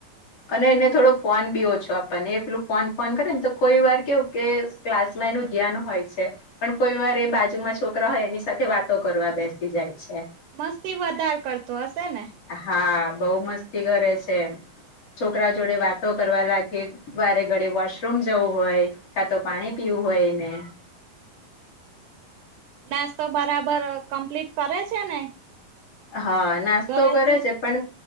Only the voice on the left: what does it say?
અને એને થોડો ફોન. બો છે, આપણને એ પેલું ફોન ફોન કરે ને, તો કોઈ વાર કેવું કે ક્લાસમાં એનું ધ્યાન હોય છે. પણ કોઈ વાર એ બાજુમાં છોકરા હોય, એની સાથે વાતો કરવા બેસી જાય છે.
હા, બઉ મસ્તી કરે છે, એમ છોકરા જોડે વાતો. લાગે, વારે ઘડે વોશરૂમ જવું હોય, કા તો પાણી પીવું હોય ને.
હા, નાસ્તો
કરે છે, પણ